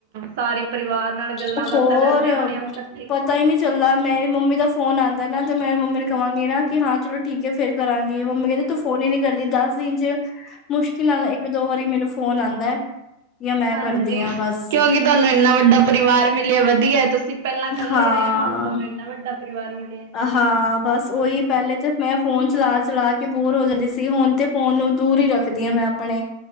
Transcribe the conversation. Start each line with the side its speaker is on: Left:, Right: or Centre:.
Right: ਸਾਰੇ ਪਰਿਵਾਰ ਨਾਲ ਗੱਲਾਂ
Left: ਹੋਰ
Right: ਬਾਤਾਂ ਕਰਦੇ ਹੋਣੇ ਉਹ ਇਕੱਠੇ
Left: ਪਤਾ ਹੀ ਨਹੀਂ ਚੱਲਦਾ ਮੇਰੀ ਮੰਮੀ ਦਾ ਫੋਨ ਆਉਂਦਾ ਨਾ ਤੇ ਮੈਂ ਮੰਮੀ ਨੂੰ ਕਹਾਂਗੀ ਨਾ ਕਿ ਹਾਂ ਚਲੋ ਠੀਕ। ਫਿਰ, ਕਰਾਂਗੀ ਮੰਮੀ ਕਹਿੰਦੇ। ਫੋਨ ਹੀ ਨੀ ਕਰਦੀ ਦਸ ਦਿਨ ਚ ਮੁਸ਼ਕਿਲ ਨਾਲ ਇੱਕ ਦੋ ਵਾਰੀ ਮੈਨੂੰ ਫੋਨ ਆਉਂਦਾ ਹੈ। ਜਾਂ ਮੈਂ
Right: ਹਾਂਜੀ
Left: ਕਰਦੀ ਹਾਂ ਬਸ
Right: ਕਿਉਂਕਿ ਤੁਹਾਨੂੰ ਇੰਨਾ ਵੱਡਾ ਪਰਿਵਾਰ ਮਿਲਿਆ ਵਧੀਆ ਤੁਸੀਂ ਪਹਿਲਾਂ ਕੱਲੇ
Left: ਹਾਂ
Right: ਰਹੇ ਹੋ ਹੁਣ ਤੁਹਾਨੂੰ ਇੰਨਾ ਵੱਡਾ। ਦਾ ਪਰਿਵਾਰ ਮਿਲਿਆ।
Left: ਹਾਂ ਬਸ ਉਹੀ ਪਹਿਲੇ ਤੇ ਮੈਂ ਫੋਨ ਚਲਾ ਚਲਾ ਕੇ ਬੋਰ ਹੋ ਜਾਂਦੀ ਸੀ ਹੁਣ ਤੇ ਫੋਨ ਨੂੰ ਦੂਰ ਹੀ ਰੱਖਦੀ ਹਾਂ ਮੈਂ ਆਪਣੇ